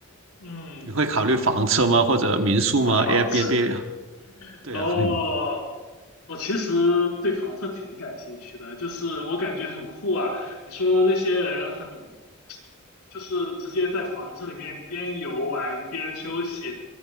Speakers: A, on the left; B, on the right.
A: 嗯
B: 你会考虑房车吗？或者民宿吗？Airbnb？
A: 啊房子 <laughs>
B: 对啊，
A: 哦。
B: 嗯
A: 我其实对房车挺感兴趣的，就是我感觉很酷啊。你说那些人很，就是直接在房车里面边游玩边休息，